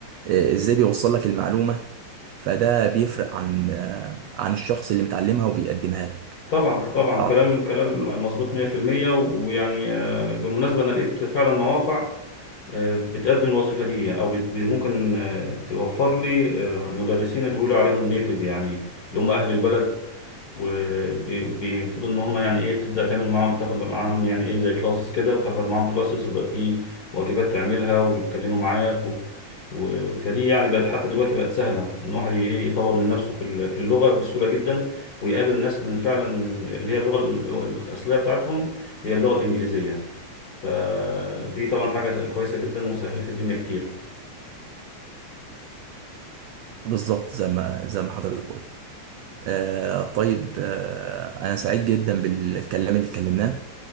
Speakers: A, on the right; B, on the left.
A: آه، ازاي بيوصل لك المعلومة فده بيفرق عن آه، عن الشخص اللي متعلمها وبيقدمها لك
B: طبعا طبعا
A: ف-
B: كلام كلام مظبوط 100% ويعني آه، بالمناسبة أنا لقيت فعلا مواقع آه، بتقدم الوظيفة دي أو بت- ممكن آه، توفر لي آه، مدرسين اللي بيقولوا عليهم نيتيف يعني اللي هم أهل البلد وبيفرض ان هم يعني ايه بتبدا تعمل معاهم تاخد معاهم يعني ايه زي كلاسز كده وتحضر معاهم كلاسز وبقى في واجبات تعملها ويتكلموا معاك و... و... فدي يعني بقت حتى دلوقتي بقت سهله ان الواحد ايه يطور من نفسه في ال- في اللغه بسهوله جدا ويقابل ناس من فعلا من اللي هي اللغه ال- الاصليه بتاعتهم هي اللغه الانجليزيه فدي طبعا حاجه كويسه جدا وسهلت الدنيا كتير
A: بالظبط زي ما زي ما حضرتك قلت آه طيب آه أنا سعيد جدا بالكلام اللي اتكلمناه